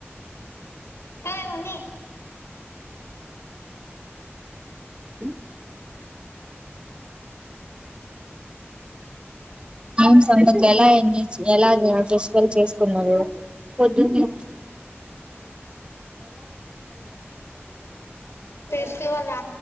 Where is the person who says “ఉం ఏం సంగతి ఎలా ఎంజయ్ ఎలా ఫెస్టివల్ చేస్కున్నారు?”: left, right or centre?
Right